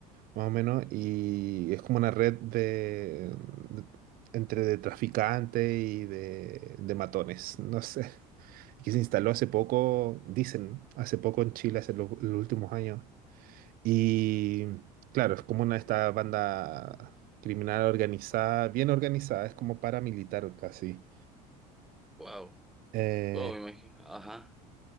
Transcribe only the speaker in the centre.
Wow.
Wow, me imagino. Ajá.